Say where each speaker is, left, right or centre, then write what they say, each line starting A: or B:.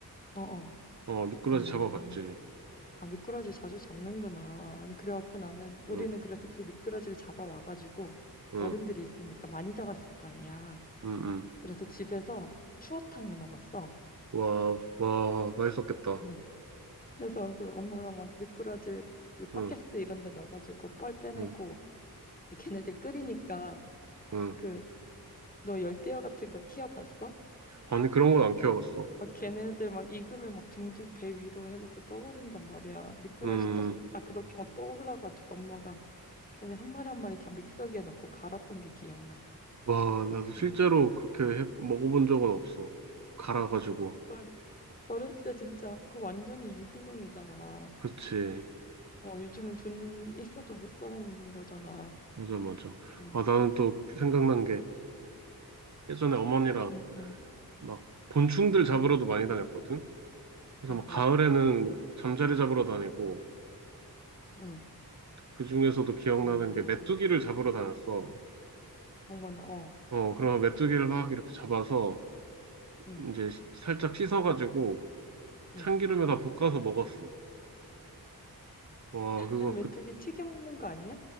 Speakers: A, on the left; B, on the right.
A: 어, 어.
B: 어, 미꾸라지
A: 음.
B: 잡아봤지.
A: 아, 미꾸라지 자주 잡는구나. 아니, 그래갖고 나는, 우리는
B: 응,
A: 그래서 그 미꾸라지를 잡아와가지고,
B: 응.
A: 어른들이 있으니까 많이 잡았을 거 아니야.
B: 응, 응.
A: 그래서 집에서 추어탕 해 먹었어.
B: 와, 와, 맛있었겠다.
A: 음. 그래서 그 엄마가 막 미꾸라지 그 팟캐스
B: 응,
A: 이런 데 넣어가지고 뻘 빼내고,
B: 응,
A: 걔네들 끓이니까,
B: 응.
A: 그, 너 열대어 같은 거 키워봤어?
B: 아니, 그런 건 안 키워봤어.
A: 막 걔네들 막 익으면 막 둥둥 배 위로 해놓고 떠오른단 말이야. 미꾸라지
B: 음,
A: 떠, 아, 그렇게 막 떠올라가지고 엄마가 걔네 한 마리 한 마리 다 믹서기에 넣고 갈았던 게 기억나.
B: 와, 나도 실제로
A: 응.
B: 그렇게 해- 먹어본 적은 없어. 갈아가지고.
A: 어렸- 어렸을 때 진짜 그 완전히 유기농이잖아.
B: 그치.
A: 어, 요즘은 돈 있어도 못 사 먹는 거잖아.
B: 맞아, 맞아.
A: 응,
B: 아, 나는 또 생각난 게 예전에 어머니랑
A: 응, 응,
B: 막 곤충들 잡으러도 많이 다녔거든? 그래서
A: 어,
B: 막 가을에는
A: 어,
B: 잠자리 잡으러 다니고,
A: 응,
B: 그 중에서도 기억나는
A: 어,
B: 게 메뚜기를 잡으러 다녔어.
A: 어머나, 어,
B: 어, 그러면 메뚜기를 막 이렇게 잡아서
A: 응,
B: 이제 시- 살짝 씻어가지고
A: 응.
B: 참기름에다 볶아서 먹었어. 와, 그거
A: 아니 메뚜기
B: 그
A: 튀겨 먹는 거 아니야?